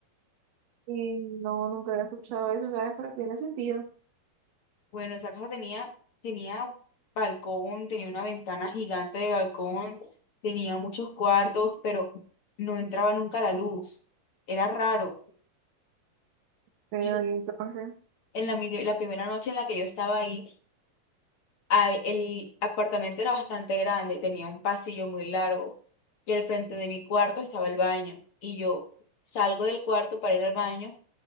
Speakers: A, on the right; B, on the left.
A: y no, nunca había escuchado eso, ¿sabes? Pero tiene sentido.
B: Bueno, esa casa tenía, tenía balcón, tenía una ventana gigante de balcón, tenía muchos cuartos, pero no entraba nunca la luz. Era raro.
A: Pero,
B: Y
A: y entonces,
B: en la, mi- la primera noche en la que yo estaba ahí, Ay, el apartamento era bastante grande, tenía un pasillo muy largo y al frente de mi cuarto estaba el baño. Y yo salgo del cuarto para ir al baño